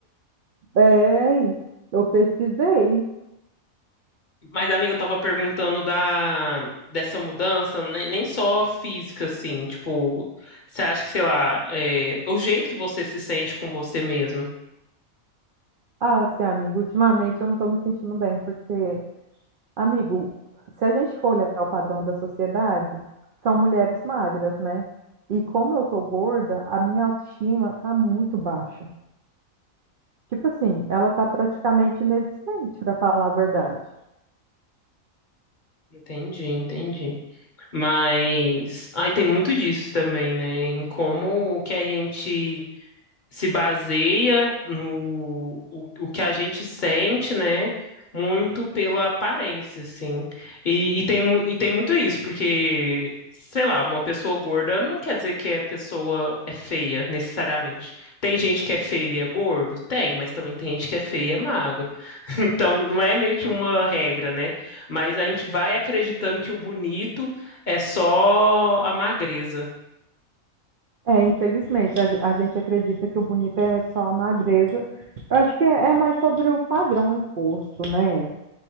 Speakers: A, on the right (about 85°); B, on the left (about 40°).
A: é, eu pesquisei.
B: Mas, amiga, eu tava perguntando da dessa mudança, nem, nem só física, assim, tipo, você acha que, sei lá, é, o jeito que você se sente com você mesma.
A: Ah, sim, amigo, ultimamente eu não estou me sentindo bem, porque, amigo, se a gente for olhar o padrão da sociedade, são mulheres magras, né? E como eu tô gorda, a minha autoestima tá muito baixa. Tipo assim, ela tá praticamente inexistente, para falar a verdade.
B: Entendi, entendi. Mas aí tem muito disso também, né? Em como que a gente se baseia no o, o que a gente sente, né? Muito pela aparência, assim. E, e tem, mu- e tem muito isso, porque, sei lá, uma pessoa gorda não quer dizer que a pessoa é feia, necessariamente. Tem gente que é feio e é gordo? Tem, mas também tem gente que é feio e é magro. <laughs> Então, não é meio que uma regra, né? Mas a gente vai acreditando que o bonito é só a magreza,
A: É, infelizmente, a, ge- a gente acredita que o bonito é só a magreza. Eu acho que é, é mais sobre o padrão imposto, né?